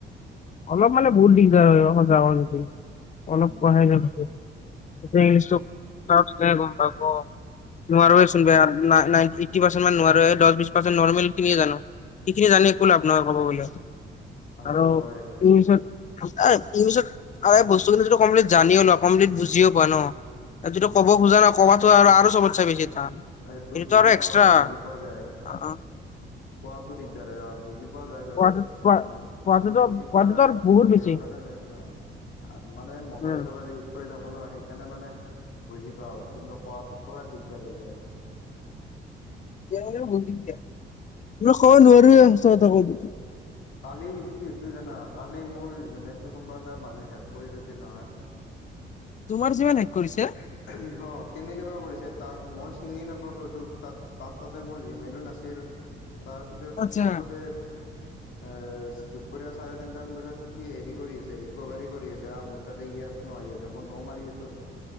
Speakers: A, on the left; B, on the left.
A: অলপ মানে বহুত দিগদাৰ হয় যায় সচা কথা হেৰি
B: উম
A: অলপ পঢ়ায় যে তাতে এতিয়া ইংলিছটো ক কথা পাতোতে গম পাব। নোৱাৰোৱে চোন বে আৰ না নাইন্টি এইট্টী পাৰ্চেণ্টমান নোৱাৰোৱে দহ বিছ পাৰ্চেণ্ট নৰ্মেল খিনিয়ে জানো। সেইখিনি জানে একো লাভ নহ'ব ক'ব গ'লে
B: সেইটো
A: আৰু
B: হয়
A: ই পিছত এই ইংলিচত আৰু এই বস্তুখিনিটো কমপ্লিট জানিও নাপাম কমপ্লিট বুজিও পোৱা ন। আৰু যিটো
B: উম
A: ক'ব খোজা নাই কবাতো আৰু চবছে বেছি টান।
B: এই তই
A: এইটোতো
B: বুজি
A: আৰু এক্সট্ৰা
B: পায়, বুজি পোৱা যায়,
A: অ',
B: কোৱাটো দিগদাৰ অ', বুজিছোঁ', বুজি পোৱা যায় বাৰু
A: কোৱাটোত
B: সেইটো
A: কোৱা
B: হয়
A: কোৱাটোতো
B: আৰু বুজি
A: কোৱাটোতো
B: পোৱা
A: আৰু
B: কিহৰ
A: বহুত বেছি
B: কাৰণে এই জানোঁ ', মানে মোবাইল
A: উম।
B: চোবাইল ইউজ ', কৰি থাকো ন, সেইকাৰণে মানে বুজি পাওঁ কিন্তু কোৱাত, কোৱাত দিগদাৰ হৈ যায়',
A: মই ক'ব
B: অ
A: নোৱাৰোৱে সচা কথা কৈ দিছো।
B: কালি কি হৈছিল জানা কালি মোৰ জিমেইলটো কোনোবা এটা মানুহে হেক কৰি থৈছিল নহয়।
A: তোমাৰ জিমেইল হেক কৰিছে?
B: এ হে, ইহঁত কেনেকে বা কৰিছে তাক মই চিনিয়েই নাপাও ছোৱালীতোক তাত তাৰ, তাতে মোৰ জিমেইলো নাছিল, তাৰপিছত
A: আচ্ছা
B: ফাৰ্ষ্টতে',
A: <unintelligible>
B: ইয়েছ, দুপৰীয়া চাৰে তিনটামান বজাত সি হেৰি কৰি আছে ৰিকভাৰী কৰি আছে মোৰ তাতে ইয়েছ', হয়, মই নোও মাৰি আছোঁ',